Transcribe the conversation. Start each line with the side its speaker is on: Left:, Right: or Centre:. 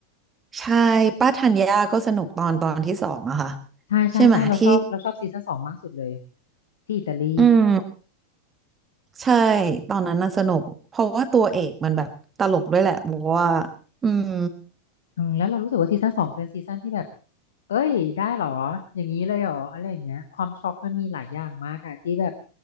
Right: ใช่ป้าธัญญาก็สนุกตอนตอนที่สองอะค่ะ
Left: ใช่ใช่ใช่เราชอบเราชอบซีซั่นสองมากสุดเลย
Right: ใช่ไหมที่
Left: ที่อิตาลี
Right: อืมใช่ตอนนั้นน่ะสนุกเพราะว่าตัวเอกมันแบบตลกด้วยแหละบอกว่าอืม
Left: อืมแล้วเรารู้สึกว่าซีซั่นสองเป็นซีซั่นที่แบบเอ้ยได้เหรอ อย่างนี้เลยเหรอ อะไรอย่างเงี้ยความช็อกมันมีหลายอย่างมากอะที่แบบ